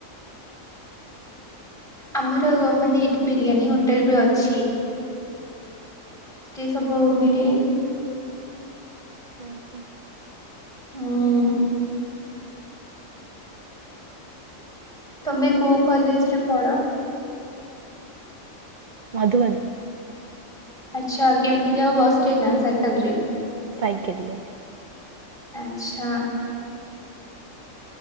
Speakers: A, in the centre; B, on the right (about 40°).
A: ଆମର ମାନେ ଏଠି ବିରିୟାନୀ ହୋଟେଲ ବି ଅଛି। ସେଠି ସବୁ ମିଳେ।
B: ହଁ ହଁ
A: ହୁଁ। ତମେ କୋଉ କଲେଜ ରେ ପଢ?
B: ମଧୁବନ।
A: ଆଚ୍ଛା କେମିତି ଯାଅ ବସ ରେ ନା ସାଇକେଲ ରେ?
B: ସାଇକେଲରେ।
A: ଆଚ୍ଛା।